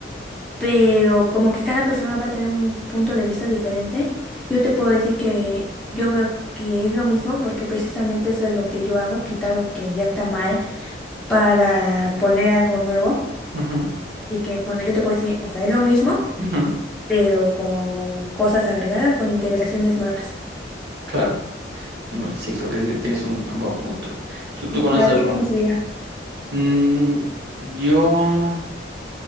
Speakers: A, in the centre; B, on the right.
A: pero como que cada persona va a tener un punto de vista diferente, yo te puedo decir que yo veo que es lo mismo porque precisamente eso es lo que yo hago, quitar lo que ya está mal para poner algo nuevo.
B: ujú,
A: Así que bueno, yo te puedo decir, o sea, es lo mismo,
B: ujú,
A: pero con cosas agregadas, con integraciones nuevas.
B: claro, Mm, sí, creo que sí, tienes un, un buen punto. ¿Tú, tú conoces
A: ¿Para
B: algún...?
A: ti cómo sería?
B: Mm, yo,